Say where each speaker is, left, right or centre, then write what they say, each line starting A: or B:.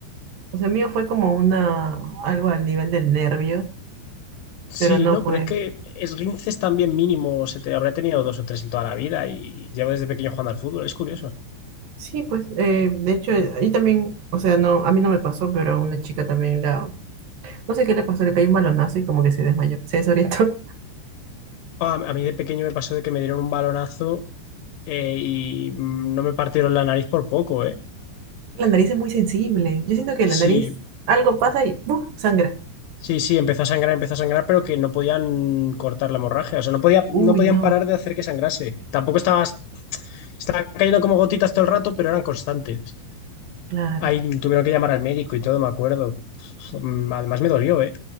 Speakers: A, on the right; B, on the left.
A: O sea, mío fue como una, algo al nivel del nervio,
B: Sí,
A: pero no
B: no,
A: fue.
B: pero es que esguinces también mínimo. Se te, habré tenido dos o tres en toda la vida y llevo desde pequeño jugando al fútbol. Es curioso.
A: Sí, pues, eh, de hecho, eh, ahí también, o sea, no, a mí no me pasó, pero una chica también la, no sé qué le pasó, le cayó un balonazo y como que se desmayó, se desorientó.
B: A, a mí de pequeño me pasó de que me dieron un balonazo eh, y mm, no me partieron la nariz por poco,
A: <laughs> La nariz es muy sensible. Yo siento que la nariz,
B: Sí,
A: algo pasa y ¡puf! sangra.
B: sí, sí, empezó a sangrar, empezó a sangrar, pero que no podían cortar la hemorragia. O sea, no podía,
A: Uy,
B: no podían
A: no,
B: parar de hacer que sangrase. Tampoco estaba, estaba cayendo como gotitas todo el rato, pero eran constantes.
A: claro.
B: Ahí tuvieron que llamar al médico y todo, me acuerdo. Mm, Además me dolió, ¿eh?